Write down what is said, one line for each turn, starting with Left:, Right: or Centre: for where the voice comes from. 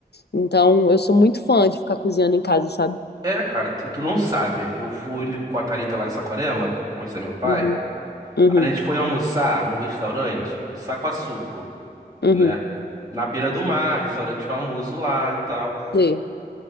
Left: Então, eu sou muito fã de ficar cozinhando em casa, sabe?
Right: É, cara, e tu não sabe. Eu fui com a Thalita lá em Saquarema, conversei com meu pai.
Left: Uhum, uhum,
Right: A gente foi almoçar num restaurante, Saquaçuco,
Left: uhum.
Right: né? Na beira do mar, restaurante famoso lá e tal.
Left: Sei.